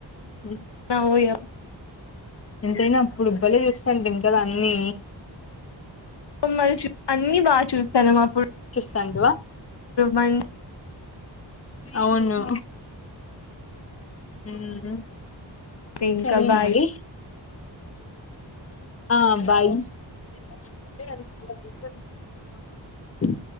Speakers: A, on the left (about 30°); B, on the left (about 60°).
A: హు
B: ఓయా
A: ఎంతైనా ఇప్పుడుబ్బలే చూస్త అండి ఇంకా దన్నీ
B: మరిష్ అన్ని బాగా చూస్తాము అప్పుడు
A: కండు
B: మం
A: అవును హమ్
B: ఇంకా
A: సరే
B: బాయ్
A: మరీ ఆ బాయ్ ఇంకా చెప్పు అది చాలా డిఫరెంట్ గా ఉంది